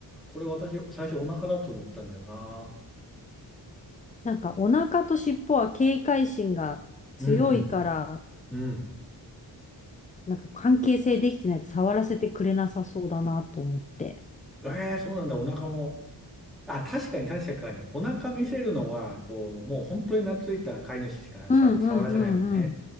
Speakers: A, in the centre; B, on the left.
A: これ私、最初お腹だと思ったんだよな。
B: なんかお腹と尻尾は警戒心が強いから、
A: うんうん。うん。
B: なんか関係性できてないと触らせてくれなさそうだなと思って。
A: ええそうなんだ、お腹も。あ、確かに確かに。お腹見せるのは、こう、もう本当に懐いた飼い主しかしゃ触らせないもんね。
B: うんうんうんうん。っ